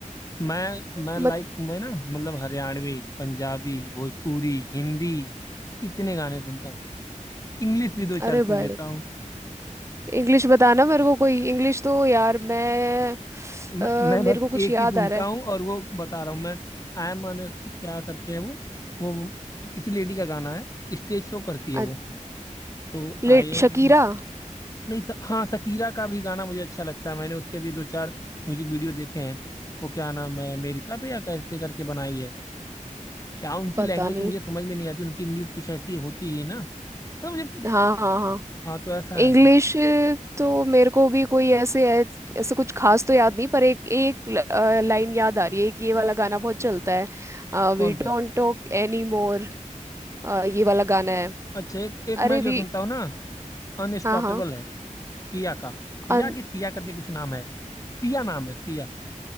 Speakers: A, on the left (about 25°); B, on the right (about 20°).
A: मैं मैं
B: मत
A: लाइक मैं ना मतलब हरियाणवी पंजाबी भोजपुरी हिंदी इतने गाने सुनता हूँ इंग्लिश भी दो चार
B: अरे
A: सुन
B: भाई
A: लेता
B: इंग्लिश बताना मेरे को कोई इंग्लिश तो यार मैं
A: मैं
B: अ,
A: मैं बस
B: मेरे को कुछ
A: एक
B: याद
A: ही सुनता
B: आ रहा है
A: हूँ और वो बता रहा हूँ मैं आई एम अन क्या करके है वो वो किसी लेडी का गाना है स्टेज शो करती
B: अ,
A: है वो तो
B: ले-
A: आई एम
B: शकीरा
A: नहीं स, हाँ शकीरा का भी गाना मुझे अच्छा लगता है मैंने उसके भी दो चार म्यूजिक वीडियो देखे हैं वो क्या नाम है अमेरिका पे या कैसे करके बनाई है क्या उनकी
B: पता
A: लैंग्वेज
B: नहीं
A: तो मुझे समझ में नहीं आती उनकी इंग्लिश कुछ ऐसी होती है ना तो मुझे
B: हाँ हाँ हाँ
A: हाँ तो ऐसा
B: इंग्लिश
A: है
B: तो मेरे को भी कोई ऐसे ऐ- ऐसे कुछ खास तो याद नहीं पर एक एक लाइन याद आ रही है कि ये वाला गाना बहुत चलता है we
A: कौन
B: don't
A: सा
B: talk anymore ये वाला गाना है
A: अच्छा एक एक मैं
B: अरे भी
A: जो सुनता हूँ ना अनस्टॉपेबल
B: हाँ हाँ
A: है किया का किया
B: अन-
A: कि सिया करके कुछ नाम है सिया नाम है सिया